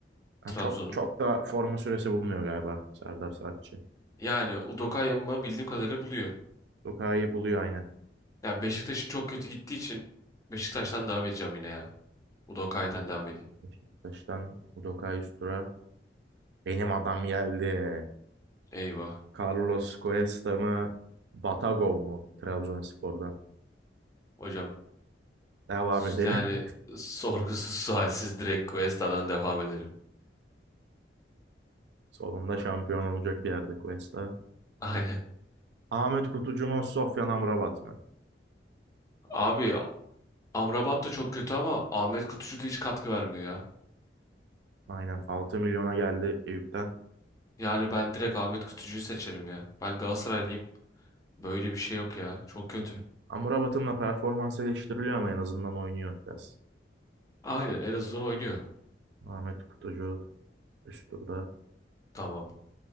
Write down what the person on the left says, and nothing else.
Trabzon'u.
Yani Udokayama bildiğim kadarıyla buluyor.
Ya Beşiktaş çok kötü gittiği için Beşiktaş'tan devam edeceğim yine ya. Udokay'dan devam edeyim.
Eyvah.
Hocam
s-
yani sorgusuz <laughs> sualsiz direkt Cuesta'dan devam edelim.
Aynen.
Abi Amrabat da çok kötü ama Ahmet Kutucu da hiç katkı vermiyor ya.
Yani ben direkt Ahmet Kutucu'yu seçerim ya. Ben Galatasaraylıyım. Böyle bir şey yok ya. Çok kötü.
Aynen Elazığ'dan oynuyor.
Tamam.